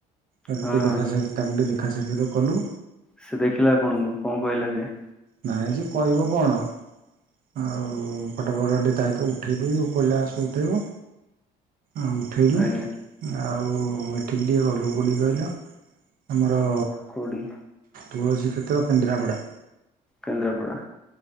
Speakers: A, on the right; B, in the centre.
A: ତାକୁଟିକେ
B: ହଁ ହଁ।
A: ଦେଖା ସା ତାକୁଟିକେ ଦେଖା ସାକ୍ଷତ କଲୁ।
B: ସେ ଦେଖିଲା ଆପଣଙ୍କୁ କଣ କହିଲା ସେ?
A: ନାଇଁ ଯେ କହିବ କଣ। ଆଉ ଫଟ ମଟ ଟିକେ ତା ସହିତ ଉଠେଇବୁ କହିଲା ଆସ ଉଠେଇବ। ଆଉ ଉଠେଇଲୁ
B: ଆଜ୍ଞା
A: ଆଉ ଏଠିକି ଟିକେ ଗଲୁ କଉଠିକି କହିଲ ଆମର ର
B: କୋଉଠି
A: ତୁଳସୀ କ୍ଷେତ୍ର କେନ୍ଦ୍ରାପଡ଼ା।
B: କେନ୍ଦ୍ରାପଡ଼ା।